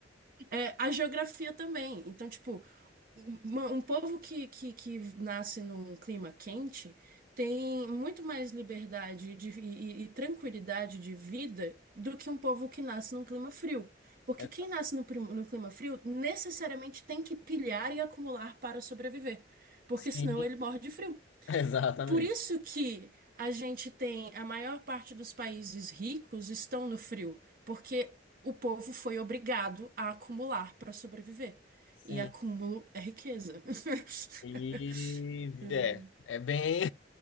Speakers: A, on the right (about 50°); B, on the left (about 80°).
A: é, a geografia também. Então, tipo, uma- um povo que, que, que nasce num clima quente tem muito mais liberdade de- e, e- e tranquilidade de vida do que um povo que nasce num clima frio. Porque
B: É,
A: quem nasce no, prim- no clima frio necessariamente tem que pilhar e acumular para sobreviver. Porque
B: sim,
A: senão ele morre de frio.
B: <laughs> exatamente.
A: Por isso que a gente tem a maior parte dos países ricos estão no frio, porque o povo foi obrigado a acumular para sobreviver.
B: Sim,
A: E acúmulo é riqueza. <laughs>
B: e
A: Então,
B: é, é bem